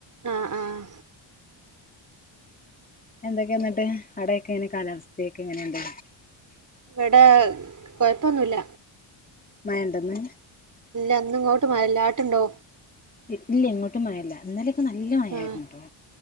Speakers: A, on the right; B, on the left.
A: ആഹ് ആഹ്
B: എന്തൊക്കെയെന്നിട്ട് അവിടെയൊക്കെ എങ്ങനേ കാലാവസ്ഥയൊക്കെങ്ങനെയുണ്ട്
A: വടെ കൊഴപ്പൊന്നുല്ല
B: മയണ്ടന്ന്
A: ഇല്ലന്നിങ്ങോട്ട് മയല്ല ആട്ട്ണ്ടോ
B: ഇല്ല ഇങ്ങോട്ടും മഴല്ല ഇന്നലൊക്കെ നല്ല മഴായിരുന്നുട്ടോ
A: ആഹ്